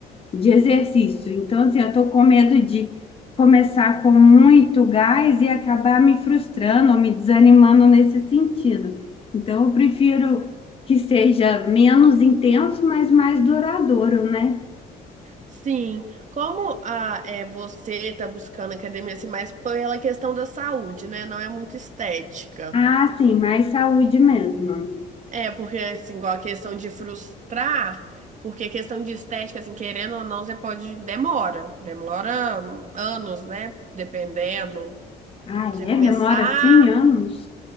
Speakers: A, on the left (about 35°); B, on the right (about 45°).
A: de exercício. Então, assim, eu estou com medo de começar com muito gás e acabar me frustrando ou me desanimando nesse sentido. Então, eu prefiro que seja menos intenso, mas mais duradouro, né?
B: Sim, como a, é, você está buscando academia assim, mais pela questão da saúde, né? Não é muito estética.
A: Ah, sim, mais saúde mesmo.
B: É, porque assim, igual a questão de frustrar, porque a questão de estética, assim, querendo ou não, você pode, demora, demora hum, anos, né? Dependendo.
A: Ah,
B: Pra
A: é?
B: Você começar,
A: Demora assim anos?